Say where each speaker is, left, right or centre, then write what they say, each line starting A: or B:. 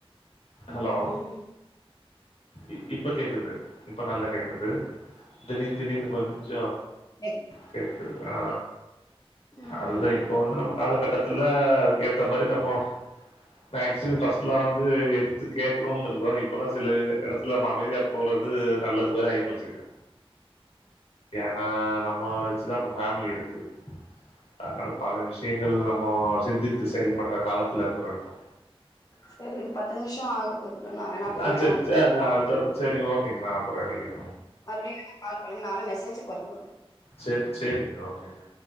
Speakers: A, on the left; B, on the left.
A: ஹலோ
B: ம் ம்
A: இ இப்ப கேக்குது இப்ப நல்லா கேக்குது திடீன் திடீர்னு கொஞ்ச
B: எக்
A: கேக்குது ஆ
B: ம்
A: அதுதா இ ப்போ வந்து நம்ம காலகட்டத்துல அதுக்கேத்த மாரி நம்மோ மேக்சிமம் ஃபஸ்ட்லா வந்து எதிர்த்து கேக்கணுன்‌ இருந்தோ இப்பெல்லா சில எடத்துல நம்ம அமைதியா போறது நல்லதுமாரி ஆயி போச்சுங்க ஏன்னா நம்மோ வச்சுதா நம்மோ ஃபேமிலி இருக்கு அதனால பல விஷயங்க இதுல நம்மோ சிந்தித்து செயல்படுற காலத்துல இருக்கிறோ இப்போ
B: செரி இது பத்து நிமிஷ ஆகும் ஒருவான்னா வேணா அப்புறமே
A: ஆ சேர்
B: வேணா உங்களுக்கு
A: சேர்
B: கூப்
A: அடுத்த ஆள செரிங்க ஓகேங்க நா அப்புறம் அடிக்கிற
B: மறுபடியு எனக்கு கால் பண்ணங்க நானு மெசேஜ் போடுற குருப்
A: சேரி சேரிங்க ஓகேங்க